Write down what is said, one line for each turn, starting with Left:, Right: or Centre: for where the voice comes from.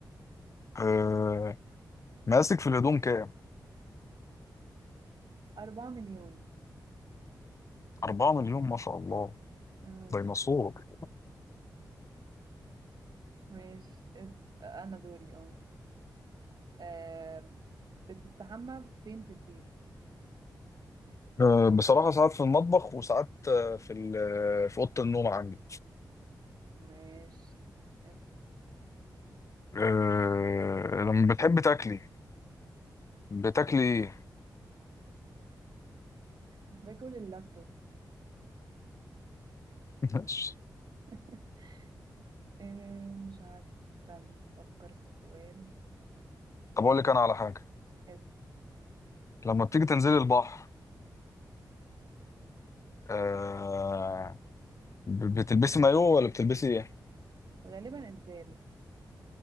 Left: آه، مقاسك في الهدوم كام؟
Right: أربعة مليون
Left: 4 مليون ما شاء الله
Right: مم،
Left: ديناصور
Right: ماشي اس... أنا دوري اه أم، بتستحمى فين في البيت
Left: أه بصراحة ساعات في المطبخ وساعات آه، في ال- آه، في أوضة النوم عندي
Right: ماشي اسأل
Left: أه لما بتحب تاكلي بتاكلي ايه؟
Right: باكل اللابتوب
Left: <laughs> ماشي.
Right: <laughs> أه، مش عارف استنى أفكر في سؤال
Left: طب أقول لك أنا على حاجة
Right: اسأل
Left: لما بتيجي تنزلي البحر أه ب- بتلبسي مايو ولا بتلبسي ايه؟
Right: غالبا إسدال